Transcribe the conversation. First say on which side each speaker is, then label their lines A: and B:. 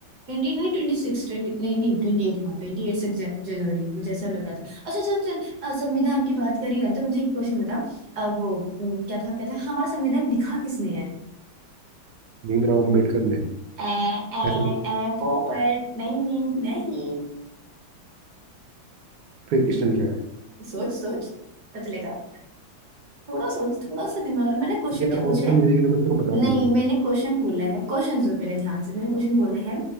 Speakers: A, on the right; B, on the right.
A: ट्वेंटी नहीं ट्वेंटी सिक्स ट्वेंटी नहीं नहीं ट्वेंटी एट हाँ ट्वेंटी एट सिक्स जनवरी मुझे ऐसा लग रहा था अच्छा अच्छा चल अ, संविधान की बात कर ही रहे तो मुझे एक क्वेश्चन बता अ, वो अम, क्या था क्या था हमारा संविधान लिखा किसने है
B: भीमराव अम्बेडकर ने
A: ए ए
B: ऐसा
A: ए पोपट नहीं नहीं
B: फिर किसने लिखा है
A: सोच सोच पता चलेगा थोड़ा सोच थोड़ा सा दिमाग मैंने क्वेश्चन
B: यार
A: क्या पूछा
B: ऑप्शन
A: है
B: में देगी तो मैं तेरे को बता
A: नहीं
B: दूंगा
A: मैंने क्वेश्चन बोला है क्वेश्चन सुन पहले ध्यान से मैंने क्वेश्चन बोला है